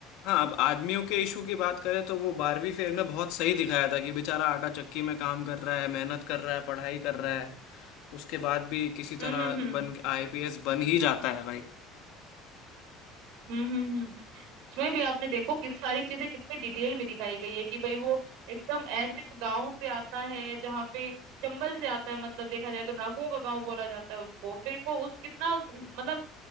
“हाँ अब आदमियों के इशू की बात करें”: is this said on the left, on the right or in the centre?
Left